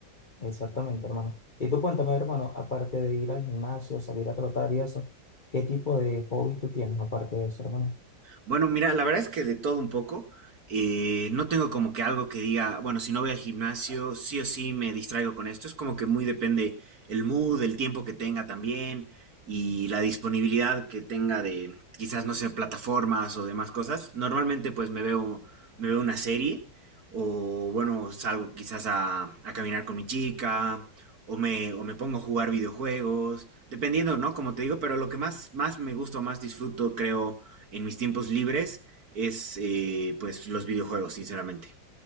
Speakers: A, on the left; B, on the right.
A: Exactamente, hermano. Y tú cuéntame, hermano, aparte de ir al gimnasio, salir a trotar y eso, ¿qué tipo de hobbies tú tienes aparte de eso, hermano?
B: Bueno, mira, la verdad es que de todo un poco. eh, no tengo como que algo que diga, bueno, si no voy al gimnasio, sí o sí me distraigo con esto. Es como que muy depende el mood, el tiempo que tenga también y la disponibilidad que tenga de quizás, no sé, plataformas o demás cosas. Normalmente pues me veo, me veo una serie o bueno, salgo quizás a, a caminar con mi chica o me, o me pongo a jugar videojuegos, dependiendo, ¿no? Como te digo, pero lo que más, más me gusta o más disfruto, creo en mis tiempos libres es eh, pues los videojuegos, sinceramente.